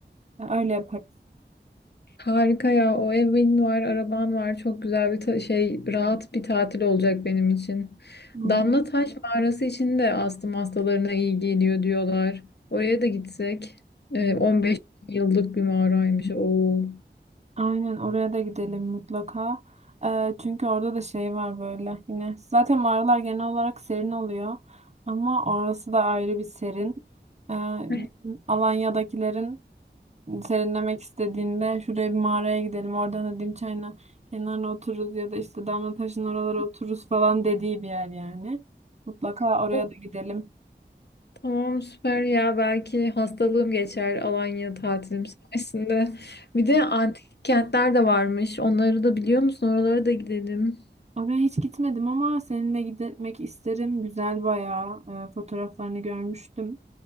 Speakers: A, on the right; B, on the left.
A: Ee, Öyle yaparız.
B: Harika ya. O evin var, araban var. Çok güzel bir ta- şey, rahat bir tatil olacak benim için.
A: Hmm.
B: Damla Taş Mağarası için de astım hastalarına iyi geliyor diyorlar. Oraya da gitsek. Ee, 15 yıllık bir mağaraymış. Oo.
A: Aynen oraya da gidelim mutlaka. Ee, çünkü orada da şey var böyle yine. Zaten mağaralar genel olarak serin oluyor. Ama orası da ayrı bir serin. Ee,
B: Eh,
A: bizim Alanya'dakilerin serinlemek istediğinde şuraya bir mağaraya gidelim. Oradan da dim çayına kenarına otururuz ya da işte Damlataş'ın oralara otururuz falan dediği bir yer yani. Mutlaka oraya
B: oh,
A: da gidelim.
B: Tamam süper ya. Belki hastalığım geçer Alanya tatilim sayesinde. Bir de antik kentler de varmış. Onları da biliyor musun? Oralara da gidelim.
A: Oraya hiç gitmedim ama seninle gitmek isterim. Güzel bayağı. Ee, fotoğraflarını görmüştüm.